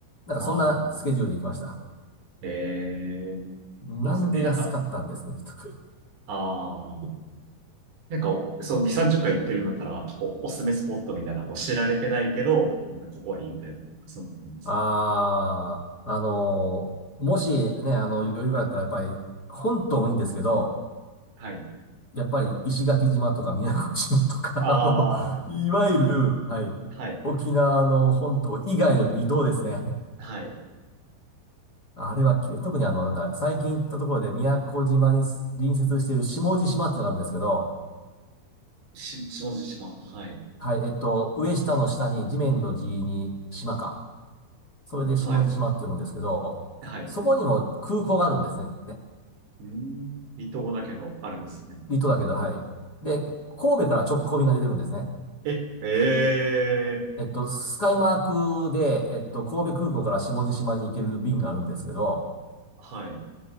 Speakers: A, on the left (about 25°); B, on the right (about 65°).
A: なんかそんなスケジュールで行きました。
B: ああ、ええ
A: なんで安かったんですね、
B: いいですね。え、なんか、
A: きっと。
B: ああ、なんかお、そう、2、30回行ってるんだったら、こう、おすすめスポットみたいな、こう、知られてないけど、なんかここはいいみたいな、そのなんですか。
A: <laughs> ああ、あのーもしね、あの、余裕があったらやっぱり、本島もいいんですけど、
B: はい。
A: やっぱり石垣島とか宮古島とか、
B: ああ、
A: <laughs> あの、いわゆる、はい、
B: はい、
A: 沖縄の本島以外の離島ですね。
B: はい。
A: あれは綺麗。特にあの、なんだ、最近行ったところで宮古島に隣接している下地島っていうのがあるんですけど、
B: し、下地島、はい、
A: はい、えっと、上下の下に地面の地に島か。それで下地島って読むんですけど、
B: はい、はい。
A: そこにも空港があるんですね。
B: うーん、離島だけど、あるんですね。
A: 離島だけど、はい。で、神戸から直行便が出てるんですね。
B: え、ええ
A: えっと、スカイマークで、えっと、神戸空港から下地島に行ける便があるんですけど、
B: はい、